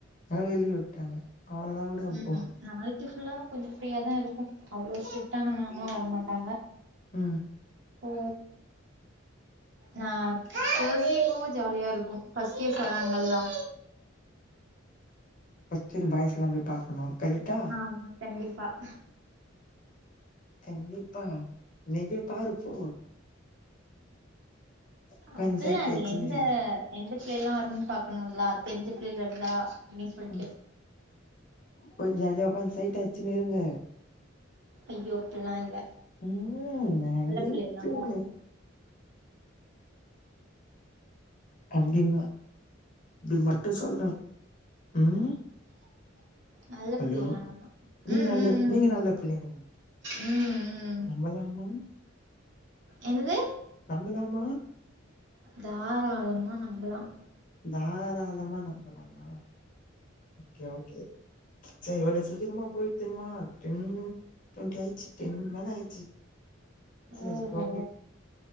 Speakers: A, on the left; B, on the right.
A: எங்களுக்கு லீவு விட்டாங்க அவ்ளோதா வுடு அப்போ
B: ம் நாளைக்கு ஃபுல்லா கொஞ்சோ ஃப்ரீயாதா இருக்கு அவ்ளோ ஸ்ட்ரிக்டான மேம்மெல்லா வரமாட்டாங்க
A: அ
B: ஓ நா தேர்ஸ்டே போ ஜாலியா இருக்கு ஃபர்ஸ்ட் இயர்ஸ் வர்றாங்கலா
A: செரி பாய்ஸ்லா போய் பாக்கணு கரெக்டா
B: ஆமா கண்டிப்பா
A: கண்டிப்பா நீ போய் பாரு போ உக்காந்து
B: அதல்லா
A: சைட்
B: இல்ல
A: அடிச்சுனு
B: எந்த
A: இரு
B: எந்த பிள்ளை எல்லா வருனுனு பாக்கணுல தெரிஞ்ச பிள்ளை இருந்தா அப்டின்னு சொல்ட்டு
A: அ கொஞ்சோ ஜாலியா உக்காந்து சைட் அடிச்சுன்னு இருங்க
B: ஐயோ அப்டில்லா இல்ல
A: ம் நடிப்பிங்க
B: நல்ல பிள்ளைங்க நாங்கல்லா
A: அப்டிம்ப இது மட்டு சொல்றே ம்
B: நல்ல
A: ஹலோ
B: பிள்ளைங்க நாங்கல்லா
A: நீங்க
B: ம்
A: நல்ல
B: ம்
A: நீங்க நல்ல பிள்ளைங்களா
B: ம் ம் ம்
A: நம்பலாமா
B: என்னது
A: நம்பலாமா
B: தாராளமா நம்பலா
A: தாராளமா நம்பலாமா ஓகே ஓகே செரி எவ்ளோ சீக்கிரமா போய் திரும்புனா டென் டொண்ட்டி ஆயிச்சு டென் மேல ஆயிச்சு காலேஜ்
B: ஓஹோ
A: போக